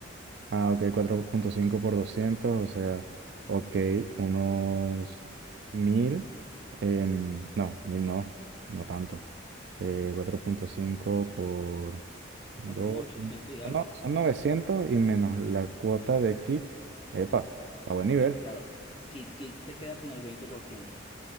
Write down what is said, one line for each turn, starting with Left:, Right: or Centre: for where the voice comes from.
Right: Ah, ok, cuatro punto cinco por doscientos o sea, ok, unos 1000 em, no, 1000 no, no tanto, eh, cuatro punto cinco por... Dos,
Left: Son como 800
Right: no.
Left: y algo.
Right: son no- son 900 y menos la cuota de kick. Epa, está a buen nivel.
Left: Claro, Kick, Kick se queda con el veinte por ciento